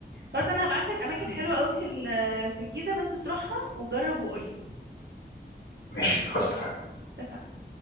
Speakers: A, on the right (about 70°); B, on the left (about 85°).
A: بس أنا هبعتلك أماكن
B: مم،
A: حلوة أوي في ال- في الجيزة بس تروحها وجرب وقولي
B: ماشي خلاص اتفقنا
A: اتفقنا